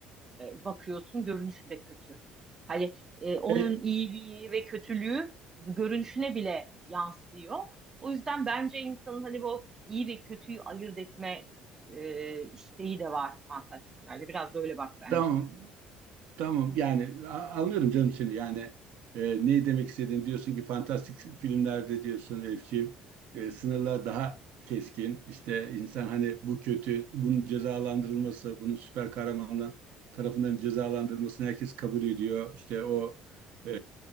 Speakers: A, on the right; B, on the right.
A: e, bakıyorsun görünüşü de kötü. Hani e, onun
B: E,
A: iyiliği ve kötülüğü görünüşüne bile yansıyor. O yüzden bence insanın hani bu iyi ve kötüyü ayırt etme e, isteği de var fantastiklerde. Biraz da öyle bak bence.
B: tamam. Tamam yani a- anlıyorum canım seni yani e, neyi demek istediğini diyorsun ki fantastik filmlerde diyorsun Elifciğim e, sınırlar daha keskin işte insan hani bu kötü bunun cezalandırılması bunun süper kahramanlar tarafından cezalandırılmasını herkes kabul ediyor işte o e,